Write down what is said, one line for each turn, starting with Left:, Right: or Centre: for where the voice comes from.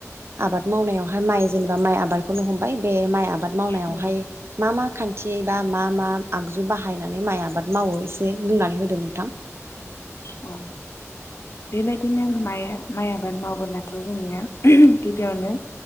Right: आबाद मावनायावहाय माइ जेनेबा माइ आबादखौनो हमबाय बे माइ आबाद मावनायावहाय
Left: नंगौ
Right: मा मा खान्थि बा मा मा आगजु बाहायनानै माइ आबाद मावो एसे बुंनानै होदो नोंथां
Left: औ बेबायदिनो माइ माइ आबाद मावबोलाथ जोंनिया गिबियावनो